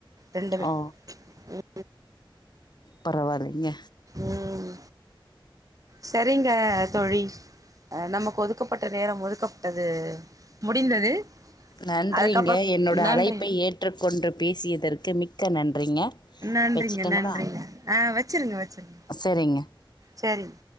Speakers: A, on the right; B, on the left.
A: ரெண்டுமே
B: ஓ
A: ம்
B: பரவாயில்லைங்க
A: ம் சேரிங்க தோழி அ நமக்கு ஒதுக்கப்பட்ட நேரம் ஒதுக்கப்பட்டது முடிந்தது
B: நன்றிங்க
A: அதுக்கப்புறோ
B: என்னோட
A: நன்றி
B: அழைப்பை ஏற்றுக்கொண்டு பேசியதற்கு மிக்க மிக்க நன்றிங்க
A: நன்றிங்க
B: வச்சுட்டுங்களா
A: நன்றிங்க ஆ வெச்சிருங்க வெச்சிருங்க
B: சரிங்க
A: செரிங்க